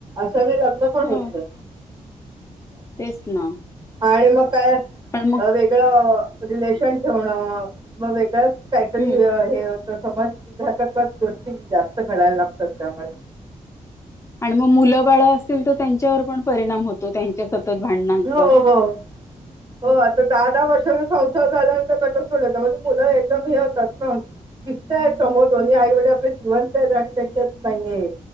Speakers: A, on the right; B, on the left.
A: सगळे लग्न पण
B: हो
A: होत नाही.
B: तेच ना
A: आणि मग काय
B: पण मग
A: वेगळं रिलेशन ठेवण मग वेगळंच काहीतरी
B: हम्म
A: हे, समजघातकच गोष्टी जास्त घडायला लागतात त्यामुळे.
B: आणि मग मुलं बाळ असतील तर त्यांच्यावर पण परिणाम होतो त्यांच्या सतत भांडणांचा
A: हो हो हो आता दहा दहा वर्षाचा संसार झाल्यानंतर घटस्पोट म्हणजे मुलं एकदम हे होतात ना दिसत य मग दोन्ही आईवडील आपले जिवंत आहेत आणि त्यांच्यात काही नाहीये.